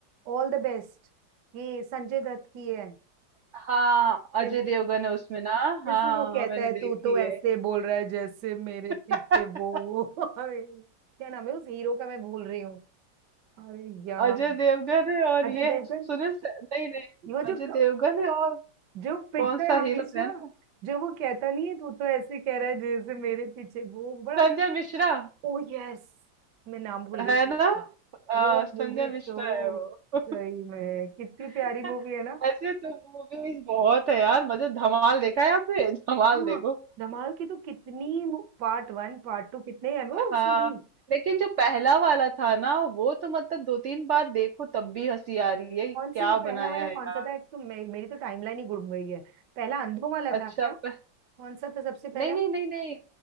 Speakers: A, on the right; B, on the right.
A: ऑल द बेस्ट ये संजय दत्त की है
B: हाँ
A: मैं
B: अजय
A: वो
B: देवगन है उसमें ना
A: जिसमें
B: हाँ
A: वो
B: हाँ
A: कहता
B: मैंने
A: है तू
B: देखी
A: तो ऐसे
B: है
A: बोल रहा है जैसे मेरे पीछे
B: <laughs>
A: वो <laughs> अरे, क्या नाम है उस हीरो का मैं भूल रही हूँ अरे यार
B: अजय देवगन है और
A: अजय
B: ये
A: देवगन
B: है सुनील से- नहीं नहीं
A: वो
B: अजय
A: जो
B: देवगन है और
A: जो पिटता
B: कौन
A: है
B: सा
A: हमेशा
B: हीरो है ना
A: जो वो कहता नहीं है तो तो ऐसे कह रहा है जैसे मेरे पीछे वो बड़ा
B: संजय मिश्रा
A: ओ यस मैं नाम भूल गई
B: है
A: थी
B: ना
A: उसका।
B: आ,
A: वो
B: संजय
A: मूवी
B: मिश्रा
A: तो
B: है वो
A: सही में कितनी प्यारी
B: <laughs>
A: मूवी है ना
B: ऐसे तो मूवीज बहुत है यार मजे धमाल देखा है आपने <laughs> धमाल
A: हाँ
B: देखो
A: धमाल की तो कितनी पार्ट वन पार्ट टू कितने हैं वो
B: हाँ
A: सीरीज
B: लेकिन जो पहला वाला था ना वो तो मतलब दो तीन बार देखो तब भी हंसी आ रही है कि
A: कौन सी
B: क्या
A: है पहला
B: बनाया
A: वाला
B: है
A: कौन
B: यार
A: सा था एक तो मे, मेरी तो टाइमलाइन ही गुम गई है पहला अंधों वाला
B: अच्छा
A: था क्या
B: प...
A: कौन सा था सबसे पहला
B: नहीं नहीं नहीं नहीं